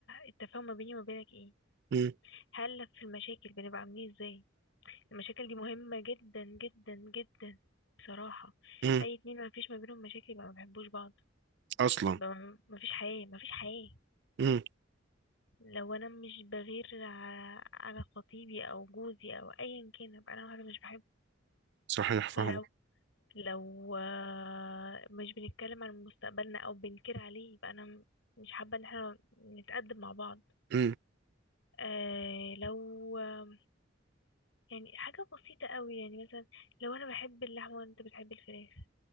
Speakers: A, on the left; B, on the right.
A: التفاهم ما بيني وما بينك ايه
B: مم،
A: هل في المشاكل بنبقى عاملين إيه ازاي المشاكل دي مهمه جدا جدا جدا بصراحه
B: مم.
A: اي اتنين ما فيش ما بينهم مشاكل يبقى ما بيحبوش بعض
B: أصلا
A: يبقى ما فيش حياه ما فيش حياه
B: مم،
A: لو انا مش بغير على على خطيبي او جوزي او ايا كان ابقى انا واحده مش بحبه
B: صحيح فاهمة
A: لو لو آه، مش بنتكلم عن مستقبلنا او بنكر عليه يبقى انا م- مش حابة ان احنا نتقدم مع بعض
B: مم،
A: آه لو آه يعني حاجة بسيطة قوي يعني مثلا لو انا بحب اللحمة وانت بتحب الفراخ